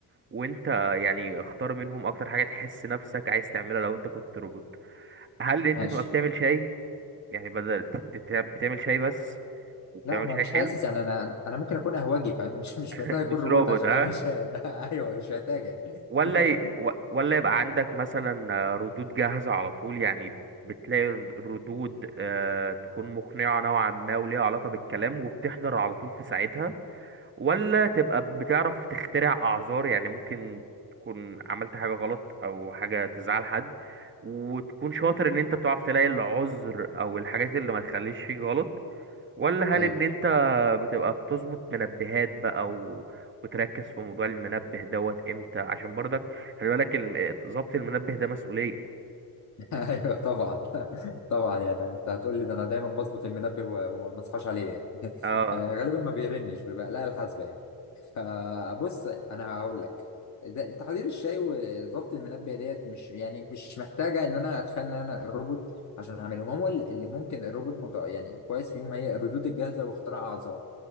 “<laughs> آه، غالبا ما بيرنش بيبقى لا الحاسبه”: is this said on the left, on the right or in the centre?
Left